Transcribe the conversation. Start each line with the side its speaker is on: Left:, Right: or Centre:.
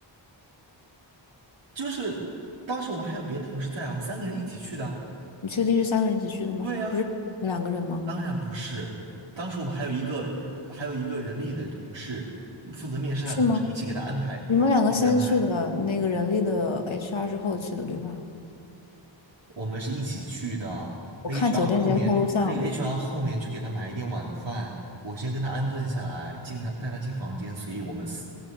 Right: 就是当时我们还有别的同事在啊，我们三个人一起去的啊
Left: 你确定是三个人一起去的吗？
Right: 对呀，
Left: 不是你们两个人吗？
Right: 当然不是。当时我们还有一个呃还有一个人力的同事负责面试他的同事，
Left: 是吗？
Right: 一起给他安排，
Left: 你们两个先去的那个人力的
Right: 一起安排。
Left: HR 是后去的，对吧？
Right: 我们是一起去的。
Left: 我看酒店监控录像了。
Right: 那个 HR 后面，那个 HR 后面去给他买一点晚饭，我先跟他安顿下来，进他带他进房间，所以我们四，